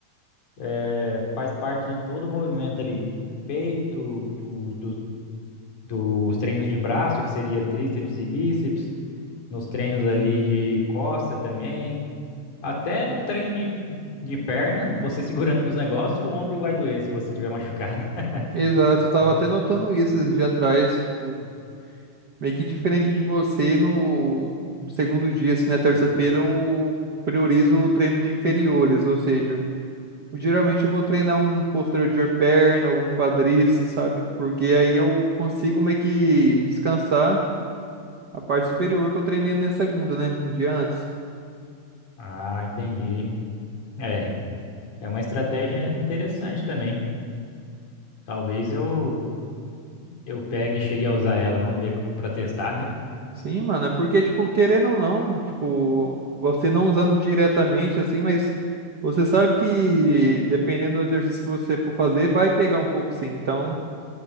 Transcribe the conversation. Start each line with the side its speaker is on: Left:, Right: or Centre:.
Left: é, faz parte de todo o movimento ali. Peito, do, do- dos treinos de braço, que seria tríceps e bíceps, nos treinos ali de costa também. Até no treino de, de perna, você segurando nos negócios, o ombro vai doer se você tiver machucado. <laughs>
Right: Exato, eu tava
Left: É.
Right: até notando isso esses dias atrás, tipo, Meio que diferente de você, no no segundo dia, assim, na terça-feira, eu priorizo o treino de inferiores, ou seja, eu- geralmente eu vou treinar um posterior de perna ou um quadríceps, sabe? Porque aí eu consigo meio que descansar a parte superior que eu treinei na segunda, né? Um dia antes.
Left: Ah, entendi. É, é uma estratégia interessante também. Talvez eu eu pegue e chegue a usar ela. Vamos ver para testar, né?
Right: Sim, mano, é porque, tipo, querendo ou não, tipo, você não usando diretamente, assim, mas você sabe que dependendo do exercício que você for fazer, vai pegar um pouco, sim. Então.